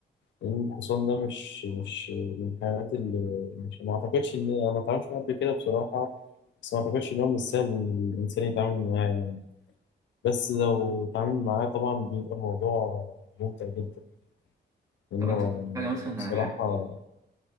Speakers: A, on the left; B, on the right.
A: لأن الحصان ده مش مش من الحيوانات اللي مش ما أعتقدش إن أنا ما اتعاملتش معاه قبل كده بصراحة بس ما أعتقدش إن هو من السهل إن الإنسان يتعامل معاه يعني بس لو اتعامل معاه طبعا بيبقى الموضوع ممتع جدا لأنه
B: طب انت حاجه
A: يعني
B: مثلا
A: بصراحة
B: عن الحيوان دوت